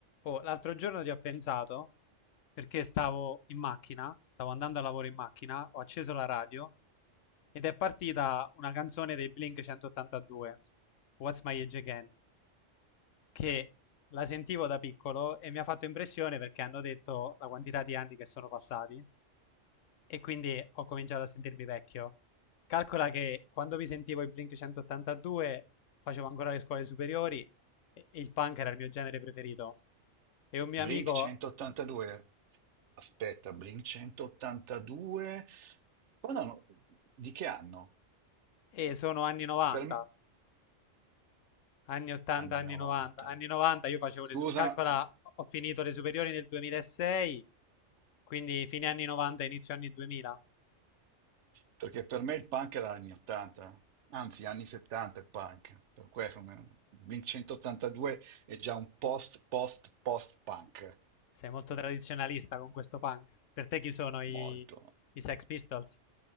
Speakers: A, on the left; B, on the right.
A: Oh, l'altro giorno ci ho pensato perché stavo in macchina, stavo andando a lavoro in macchina, ho acceso la radio ed è partita una canzone dei Blink 182, What's My Age Again, che la sentivo da piccolo e mi ha fatto impressione perché hanno detto la quantità di anni che sono passati e quindi ho cominciato a sentirmi vecchio. Calcola che quando mi sentivo i Blink 182 facevo ancora le scuole superiori e e il punk era il mio genere preferito. E un mio amico
B: Blink 182. Aspetta, Blink 182. Quando hanno- Di che anno?
A: E sono anni 90,
B: Per me...
A: anni 80,
B: Anni
A: anni
B: 90.
A: 90. Anni 90 io facevo
B: Scusa,
A: le... su- Calcola, ho finito le superiori nel 2006, quindi fine anni 90, inizio anni 2000.
B: perché per me il punk era anni 80. Anzi, anni 70 il punk. Per questo me- Blink 182 è già un post, post, post punk.
A: Sei molto tradizionalista con questo punk. Per te chi sono i,
B: Molto.
A: i Sex Pistols?